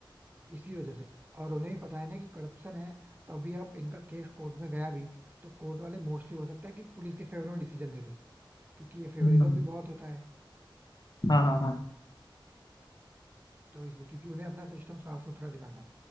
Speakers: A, on the right (about 20°); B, on the left (about 50°).
A: इसी वजह से और उन्हें भी पता है ना कि करप्शन है तभी अब इनका केस कोर्ट में गया भी तो कोर्ट वाले मोस्टली हो सकता है कि पुलिस के फेवर में डिसीजन दे दें क्योंकि ये फेवरिज्म
B: हम्म,
A: भी बहुत होता है
B: हाँ हाँ
A: तो इसलिए क्योंकि उन्हें अपना सिस्टम साफ सुथरा दिखाना है